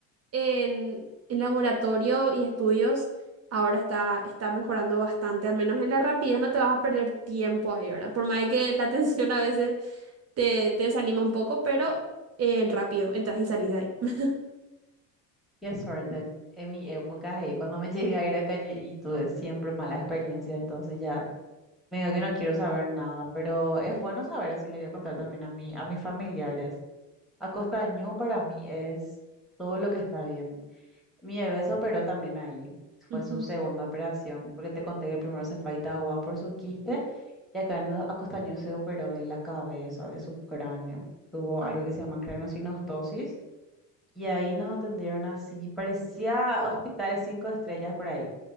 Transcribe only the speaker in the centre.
Qué suerte. En mi época, hey, cuando me <laughs> llegué a ir a calle y tuve siempre mala experiencia, entonces ya me digo que no quiero saber nada, pero es bueno saber, así le voy a contar también a mi, a mis familiares. Acostañú para mí es todo lo que está bien. Mi bebé se operó también ahí, fue
su segunda operación, porque te conté que el primero se fue a Itagua por su quiste,
y acá en Acostañú se operó de la cabeza, de su cráneo. Tuvo
algo que se llama craniosynostosis y ahí nos atendieron así, parecía hospitales cinco estrellas por ahí.